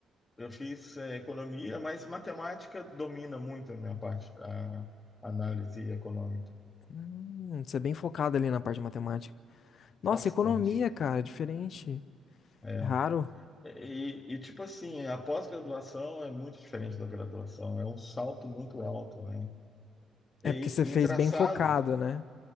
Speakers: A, on the left; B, on the left.
A: eu fiz é, economia, mas matemática domina muito a minha parte, a análise econômica.
B: Hum, você é bem focado ali na parte de matemática. Nossa,
A: Bastante.
B: economia, cara, diferente.
A: É.
B: É Raro.
A: E, e, tipo assim, a pós-graduação é muito diferente da graduação, é um salto muito alto, né? E,
B: É porque você
A: e
B: fez
A: engraçado,
B: bem focado, né?